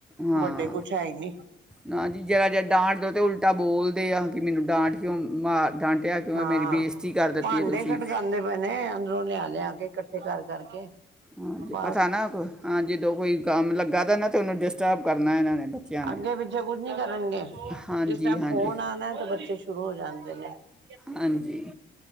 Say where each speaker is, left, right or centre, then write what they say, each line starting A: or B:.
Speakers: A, in the centre; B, on the right.
A: ਹਾਂ,
B: ਵੱਡੇ ਕੁਛ ਹੈ ਹੀ ਨੀ
A: ਨਾ ਜੀ ਜਰਾ ਜ ਡਾਂਟ ਦੋ ਤੇ ਉਲਟ ਟਾ ਬੋਲ ਆ ਕਿ ਮੈਨੂੰ ਡਾਂਟ ਕਿਉਂ ਮਾਰ ਡਾਂਟਿਆ ਕਿਉਂ
B: ਹਾਂ
A: ਮੇਰੀ ਬੇਸਤੀ ਕਰ ਦਿੱਤੀ
B: ਭਾਂਡੇ
A: ਹੈ ਤੁਸੀਂ।
B: ਖੜਕਾਉਂਦੇ ਪਏ ਨੇ ਅੰਦਰੋਂ ਲਿਆ- ਲਿਆ ਕੇ ਇਕੱਠੇ ਕਰਕੇ ਕਰਕੇ
A: ਹਾਂਜੀ।
B: ਬਸ
A: ਪਤਾ ਨਾ ਜਦੋ ਕੋਈ ਕੰਮ ਲੱਗਾ ਦਾ ਨ ਤੇ ਉਹਨੂੰ ਡਿਸਟਰਬ ਕਰਨਾ ਇਹਨਾਂ ਨੇ। ਬੱਚਿਆਂ ਨੇ
B: ਅੱਗੇ- ਪਿੱਛੇ ਕੁੱਝ ਨੀ ਕਰਨਗੇ,
A: ਹਾਂਜੀ
B: ਜਿਸ ਟਾਈਮ
A: ਹਾਂਜੀ
B: ਫੋਨ ਆਉਣਾ ਤੇ, ਬੱਚੇ ਸ਼ੁਰੂ ਹੋ ਜਾਂਣਗੇ। <inaudible>
A: ਹਾਂਜੀ,